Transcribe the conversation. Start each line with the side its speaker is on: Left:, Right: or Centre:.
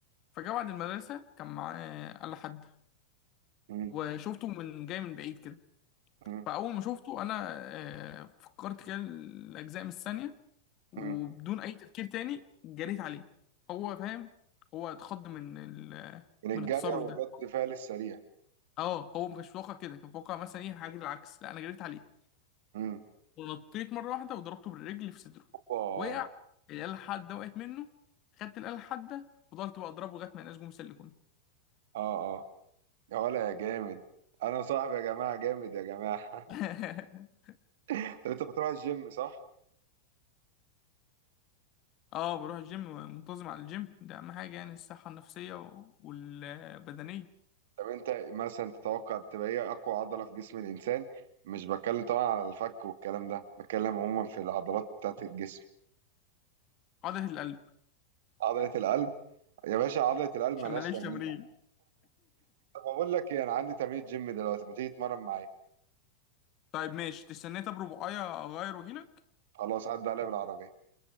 Left: فجاء بعد المدرسة كان معاه آلة حادة
Right: امم
Left: وشفته من جاي من بعيد كده
Right: امم
Left: فأول ما شفته أنا آه، فكرت كده الأجزاء من الثانية وبدون
Right: امم
Left: أي تفكير تاني جريت عليه هو فاهم هو اتخض من ال- آه،
Right: من الجاريه
Left: من التصرف
Right: والرد
Left: ده
Right: فعل السريع
Left: اه هو ما كانش متوقع كده كان متوقع مثلا ايه حاجه العكس لا انا جريت عليه
Right: امم
Left: ونطيت مره واحده وضربته بالرجل في صدره
Right: اوبا
Left: وقع الاله الحاده وقعت منه خدت الاله الحاده فضلت بقى اضربه لغايه ما ينقش جم سلكوني
Right: اه اه يا ولا يا جامد انا صاحبي يا جماعه جامد يا جماعه
Left: <laughs>
Right: <laughs> طب انت بتروح الجيم صح
Left: اه بروح الجيم منتظم على الجيم ده اهم حاجه يعني الصحه النفسيه و- والبدنيه
Right: طب انت مثلا تتوقع بتبقى ايه اقوى عضله في جسم الانسان مش بتكلم طبعا على الفك والكلام ده بتكلم عموما في العضلات بتاعت الجسم
Left: عضله القلب
Right: عضله القلب يا باشا عضله القلب
Left: عشان
Right: ملهاش
Left: ماليش
Right: تمرين
Left: تمرين
Right: طب اقول لك ايه انا عندي تمرين جيم دلوقتي ما تيجي تتمرن معايا
Left: طيب ماشي تستنى طب ربعايه اغير واجيلك
Right: خلاص عدى عليا بالعربيه